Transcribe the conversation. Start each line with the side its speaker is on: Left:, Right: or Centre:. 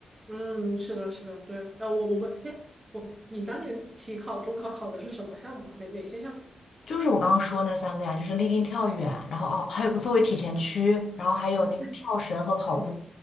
Right: 嗯，是的，是的，对。呃，我我们，哎，我你当年体考、中考考的是什么项目啊？哪哪些项目？
Left: 就是我刚刚说那三个呀，就是立定跳远，然后哦，还有个作为体前屈，然后还有那个跳绳和跑步。
Right: 哦，哦，